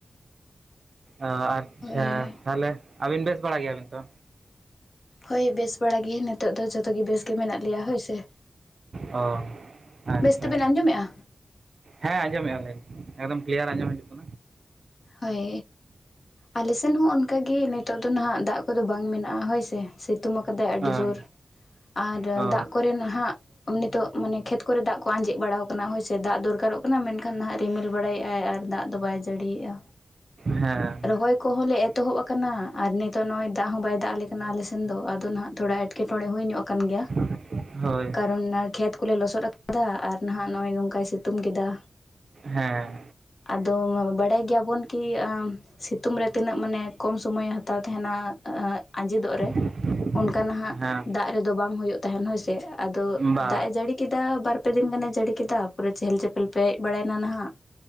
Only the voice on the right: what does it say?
ᱚᱸ ᱟᱨ ᱟᱪᱪᱷᱟ
ᱛᱟᱦᱮᱞᱮ ᱟᱹᱵᱤᱱ ᱵᱮᱥ ᱵᱟᱲᱟ ᱜᱮᱭᱟ ᱵᱤᱱ ᱛᱚ?
ᱚ ᱟᱪᱪᱷᱟ
ᱦᱮᱸ ᱟᱸᱡᱚᱢᱮᱜᱼᱟ ᱞᱤᱧ ᱮᱠᱫᱚᱢ ᱠᱤᱞᱤᱭᱟᱨ ᱟᱸᱡᱚᱢ ᱦᱤᱡᱩᱜ ᱠᱟᱱ-
ᱦᱮᱸ
ᱚ
ᱦᱮᱸ,
<unintelligible> ᱦᱳᱭ
ᱦᱮᱸ
<inaudible>
ᱦᱮᱸ
ᱵᱟ